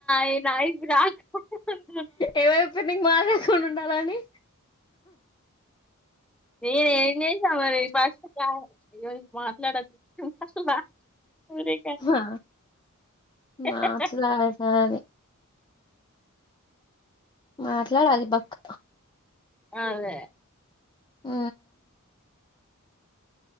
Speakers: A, in the centre; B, on the left.
A: ఈయనా ఇపుడు రాకపోతే నన్
B: ఎవరు చెప్పింన్ర్ నీకు మాట్లాడకుండ వుండాలని.
A: నేనేం చేశినా మరి. ఫస్ట్ <inaudible> మాట్లాడకు <inaudible> ఉన్నా పూరి
B: ఆ
A: <unintelligible>
B: మాట్లాడాలి మాట్లాడాలి బక్క్
A: అదే
B: ఊ